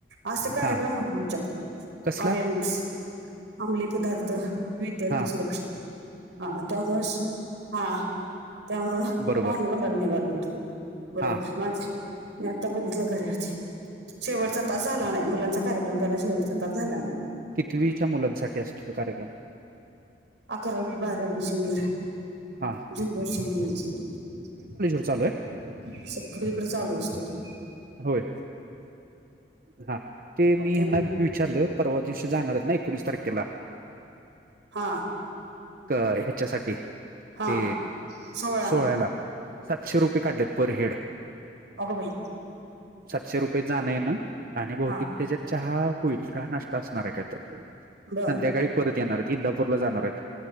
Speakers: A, on the right; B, on the right.
A: अस. कार्यक्रम
B: हा
A: होता आमच्यात
B: कसला
A: अवेअरनेस अंमली पदार्थ विद्यार्थी
B: हा
A: सुरक्षा हा त्यामुळेच हा त्यामुंल
B: बरोबर
A: पाहून भराला निघाल होत. बरोबर
B: हा
A: माझे मी आता बघितलं घरा शेवटचा तास झाला नाही मुलांचा कार्य्रम झाला शेवट सच झाला नाही.
B: कितवीच्या मुलांसाठी असतो तो कार्यक्रम
A: अकरावी बारावी जुनेर
B: हां.
A: जुनियर <inaudible> मुलांसाठी
B: चालू आहे
A: सगळीकड चालू असतो तो
B: होय हा ते मी
A: त्यामुळे
B: हना. मी विचारलं परवा दिवशी जाणार आहेत ना एकोणीस तारखेला
A: हा.
B: ह्याच्यासाठी
A: हा
B: ते
A: सोळा
B: सोळा्याला सातशे रुपये काढलेत पर हेड
A: अग बाई.
B: सातशे रुपये जाण येन. आणि बहुतेक
A: हा
B: त्याच्यात चहा होईल चहा नाष्ट असणार आहे कायतर
A: बर
B: संध्याकाळी परत येणार आहेत, इंदाूर ला जाणार आहेत.